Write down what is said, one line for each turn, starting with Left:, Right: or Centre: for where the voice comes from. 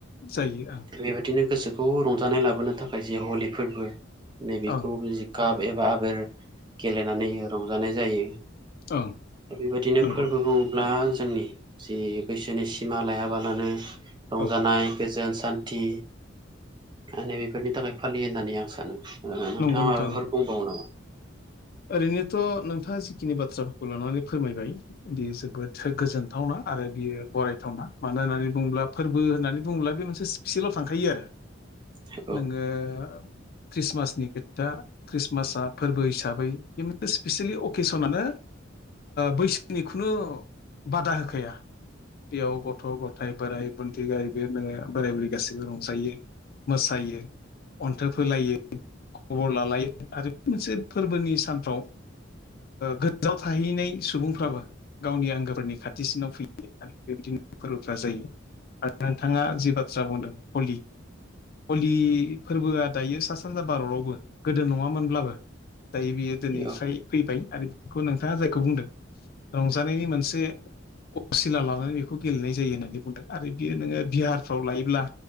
Left: जायो ओं
Right: बेबायदिनो गोसो खौ रंजानाय लाबोनो थाखाय जे हलि फोरबो नैबेखौ
Left: ओं
Right: काप एबा आबिर गेलेनानै रंजानाय जायो।
Left: ओं
Right: बेबायदिनो
Left: नंगौ
Right: फोरबो बुङोब्ला जोंनि जि बैसोनि सिमा लायाबालानो रंजानाय
Left: औ
Right: गोजोन सान्थि मे बेफोरनि थाखाय फालियो होननानै आं सानो नोंथाङा
Left: नंगौ नोंथां
Right: माबाफोर
Left: नंगौ
Right: बुंबावो नामा?
Left: ओरैनोथ' नोंथाङा जिखिनि बाथ्राफोरखौ लानानै फोरमायबाय बेयो जोबोद गोजोनथावना। आरो बियो बरायथावना मानो होननानै बुङोब्ला फोरबो होननानै बुङोब्ला बे मोनसे स्पिसियेलाव थांखायो आरो
Right: औ
Left: नङ <unintelligible> खृस्टमासनि खोथा खृस्टमासआ फोरबो हिसाबै स्पेसियेलि अकेसनानो। बैसोनि खुनु बादा होखाया बेयाव गथ' गथाय बोराइ दन्थि गैबो नोङो बोराय बुरै गाैबो रंजायो मोसायो। अन्थो फोलायो खबर लालायो आरो बे मोनसे फोरबोनि सानफ्राव गोजाव थाहैनाय सुबुंफ्राबो गावनि आंगोफोरनि खाथिसिनाव फैयो। आरो बेबायदिनो फोरबोफ जायो आरो नोंथाङा जि बाथ्रा बुंदों हलि हलि फोरबोआ दायो सा सानजा भारतावबो गोदो नंङामोनब्लाबो दायो बे दिनैफ्राय
Right: औ
Left: फैबाय आरो बेखौ नोंथाङा जायखौ बुंदों रंजानायनि मोनसे असिला लानानै बेखौ गेलेनाय जायो होननानै बुंदों आरो बियो नोंङो बिहारफ्राव लायोब्ला